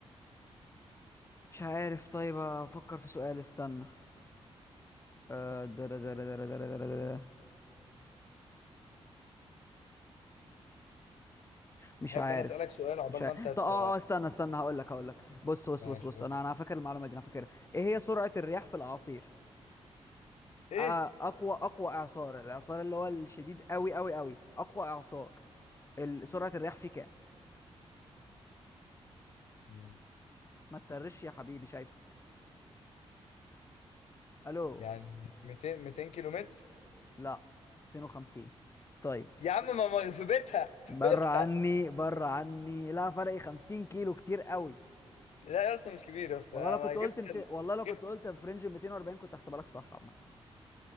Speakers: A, on the left; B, on the left.
A: مش عارف طيب أفكر في سؤال استنى أه... درا درا درا درا درا درا. مش
B: تحب
A: عارف
B: انا اسالك سؤال عقبال
A: مش عارف
B: ما انت ت...
A: طب اه اه استنى استنى هقول لك هقول لك بص بص
B: ماشي
A: بص بص
B: اوبس
A: انا انا فاكر المعلومه دي انا فاكرها ايه هي سرعه الرياح في الاعاصير
B: ايه
A: آه اقوى اقوى اعصار الاعصار اللي هو الشديد قوي قوي قوي اقوى اعصار ال- سرعه الرياح فيه كام
B: مم.
A: ما تسرش يا حبيبي شايفه الو
B: يعني 200 200 كيلو متر
A: لا 250 طيب
B: يا عم ما ما- في بيتها في
A: بره
B: بيتها
A: عني بره عني لا فرق 50 كيلو كتير قوي
B: لا يا اسطى مش كبير يا اسطى
A: والله
B: انا
A: لو كنت
B: جبت
A: قلت مت...
B: ال...
A: والله لو كنت
B: جبت
A: قلت في رينج 240 كنت هحسبها لك صح عامه